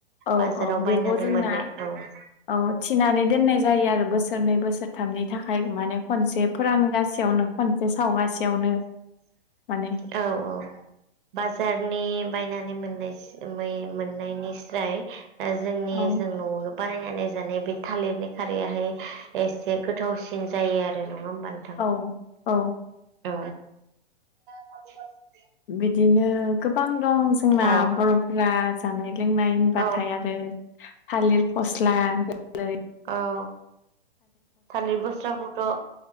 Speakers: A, on the left; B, on the right.
A: औ
B: बाजाराव
A: औ बेखौ
B: बायनानै
A: जोंना
B: मोननाय औ।
A: औ थिनानै दोननाय जायो आरो बोसोरनै बोसोरथामनि थाखाय माने खनसेप्ट फोरानगासेयावनो खनसे सावगासेयावनो माने
B: औ औ बाजारनि बायनानै मोननाय मोननायनिस्राय जोंनि
A: औ
B: जों न'आवनो बानायनानै जानाय बे थालिरनि खारैयाहाय एसे गोथावसिन जायो आरो नङा होमबा नों
A: औ औ
B: औ म
A: बिदिनो गोबां दं जोंना
B: औ
A: बर'फोरा जानाय लोंनाय होनबाथाय
B: औ
A: आरो थालिर फस्ला गोरलै
B: औ थालिर बुस्राखौ थ'